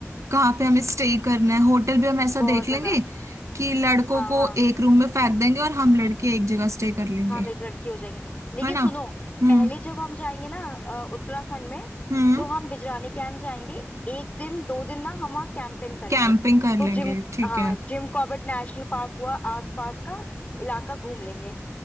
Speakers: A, on the right; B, on the left.
A: कहाँ पे हमें स्टे करना है होटल भी हम ऐसा
B: बहुत
A: देख
B: ज्यादा
A: लेंगे कि लड़कों
B: हाँ
A: को
B: हाँ
A: एक रूम में फेंक देंगे और हम लड़के एक जगह स्टे कर लेंगे
B: हम एक लड़की हो जाएंगे लेकिन
A: है ना
B: सुनो
A: हम्म
B: पहले जब हम जाएंगे ना अ, उत्तराखंड में
A: हम्म
B: तो हम बिजरानी कैंप जाएंगे एक दिन दो दिन ना हम वहाँ कैंपेन करेंगे
A: कैंपिंग कर
B: तो
A: लेंगे
B: जिम
A: ठीक
B: हाँ
A: है
B: जिम कॉर्बेट नेशनल पार्क हुआ आसपास का इलाका घूम लेंगे